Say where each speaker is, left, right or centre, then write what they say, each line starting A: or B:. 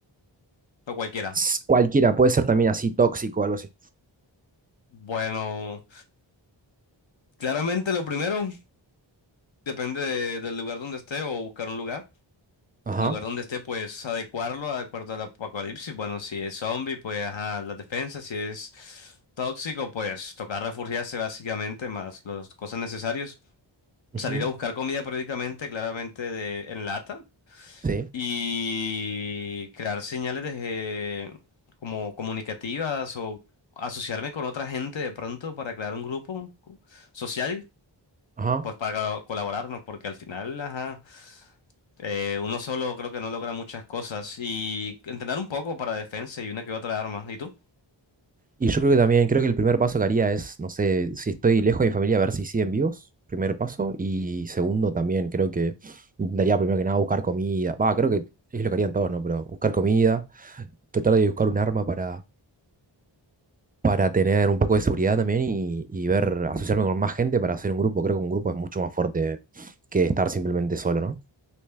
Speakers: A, on the left; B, on the right.
A: o cualquiera.
B: S- Cualquiera, puede ser también así tóxico o algo así.
A: Bueno, claramente lo primero depende de- del lugar donde esté o buscar un lugar.
B: Ajá.
A: El lugar donde esté, pues adecuarlo, adecuarlo al apocalipsis. Bueno, si es zombie, pues ajá, las defensas. Si es tóxico, pues tocar refugiarse básicamente, más las cosas necesarias.
B: ujú,
A: Salir a buscar comida periódicamente, claramente de, en lata.
B: Sí.
A: y crear señales de, como comunicativas o asociarme con otra gente de pronto para crear un grupo social,
B: Ajá.
A: pues para colaborarnos, porque al final, ajá, eh, uno solo creo que no logra muchas cosas y entrenar un poco para defensa y una que otra arma. ¿Y tú?
B: Y yo creo que también, creo que el primer paso que haría es, no sé, si estoy lejos de mi familia, a ver si siguen vivos, primer paso. Y segundo, también creo que intentaría primero que nada buscar comida. Va, creo que es lo que harían todos, ¿no? Pero buscar comida, tratar de buscar un arma para para tener un poco de seguridad también y, y ver, asociarme con más gente para hacer un grupo. Creo que un grupo es mucho más fuerte que estar simplemente solo, ¿no?